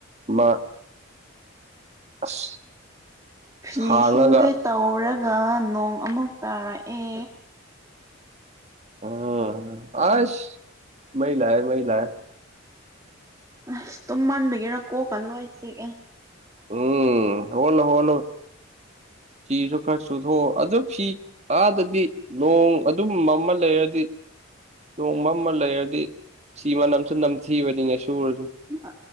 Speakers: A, on the right; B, on the right.
A: ꯃꯥ ꯑꯁ
B: ꯐꯤ
A: ꯁꯥꯡꯉꯒ
B: ꯁꯨꯒꯦ ꯇꯧꯔꯒ ꯅꯣꯡ ꯑꯃꯨꯛ ꯇꯥꯔꯛꯑꯦ
A: ꯎꯝ ꯑꯁ ꯃꯩꯂꯑ ꯃꯩꯂꯑ
B: ꯑꯁ ꯇꯨꯝ ꯃꯟꯕꯤꯒꯦꯔꯥ ꯀꯣꯛꯀꯜꯂꯣꯏ ꯆꯦ ꯑꯦ
A: ꯎꯝ ꯍꯅ ꯍꯅ ꯐꯤꯁꯨ ꯈꯔ ꯆꯨꯊꯣꯛꯑꯣ ꯑꯗꯨ ꯐꯤ ꯑꯥꯗꯗꯤ ꯅꯣꯡ ꯑꯗꯨꯝ ꯑꯃ ꯂꯩꯔꯗꯤ ꯅꯣꯡꯃ ꯑꯃ ꯂꯩꯔꯗꯤ ꯁꯤ ꯃꯅꯝꯁꯨ ꯅꯝꯊꯤꯕꯅꯤꯅ ꯁꯨꯔꯁꯨ
B: ꯑ